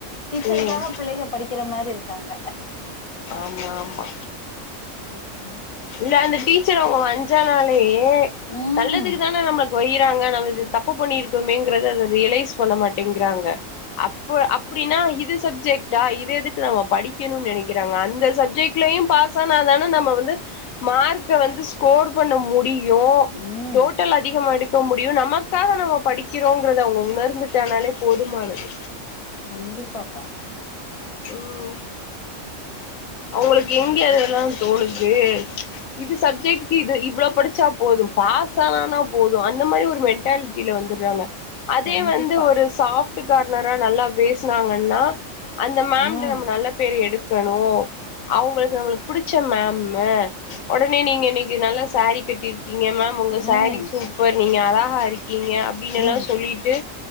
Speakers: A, on the left; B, on the left.
A: டீச்சருக்காக
B: ம்
A: பிள்ளைக படிக்கிற மாரி இருக்காங்க
B: ஆமா மா
A: டங்க
B: இல்ல அந்த டீச்சர அவுங்க வஞ்சானாலே ஏ
A: ம்
B: நல்லதுக்குதான நம்ம போயிகிறாங்க நம்ம இது தப்பு பண்ணிருக்கோமேங்கிறத அத ரியலைஸ் பண்ண மாட்டேங்கிறாங்க அப்ப அப்டினா இது சப்ஜெக்ட்டா இது எதுக்கு நம்ம படிக்கனுன் நெனைக்கிறாங்க அந்த சப்ஜக்ட்டிலியும் பாஸ் ஆனாதான நம்ம வந்து மார்க்க வந்து ஸ்கோர் பண்ண முடி யோ
A: ம்
B: டோட்டல் அதிகமா எடுக் க்க முடியு நமக்காக நம்ம படிக்கிறோங்கிறத அவங்க உணர்ந்து ட்டானாலே போதுமானது
A: கண்டிப்பாப்பா
B: ம் அவங்களுக்கு இங்க அதெல்லா தோணுது இது சப்ஜெக்ட்டுக்கு இது இவ்வளோ படிச்சா போதும் பாஸ் ஆனா போ அந்த மாரி ஒரு மென்டால் கீழ வந்துடுறால அதே
A: கண்டிப்பா
B: வந்து ஒரு சாஃப்ட் வீட்டுக்கார் நெரய நல்லா பேசினாங்கன்னா அந்த மாம்ட்ட
A: ம்
B: நம்ம நல்ல பேரு எடுத் கணும் அவங்களுக்கு நம்மளுக்கு பிடிச் ச்ச மாம்மு ஒடனே நீங்க இன்னக்கு நல்ல சாரி கட்டிருக் இங்க மாம் உங்க
A: ம்
B: சாரீ சூப்பர் நீங்க அழகா இருக் க்கீங்க அப்படின்னு
A: ம்
B: எல்லா சொல்லிட்டு